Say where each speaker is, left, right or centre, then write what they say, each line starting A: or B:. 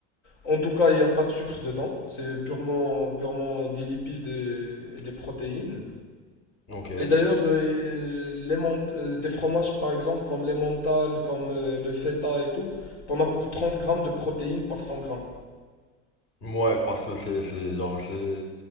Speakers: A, on the left (about 85°); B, on the left (about 60°).
A: en tout cas, il n'y a pas de sucre dedans. C'est purement, purement des lipides et et des protéines.
B: Ok.
A: Et d'ailleurs, euh, euh, les mont- euh, des fromages, par exemple, comme les mentales, comme euh, le feta et tout, t'en as pour 30 grammes de protéines par 100 grammes.
B: Ouais, parce que c'est c'est genre c'est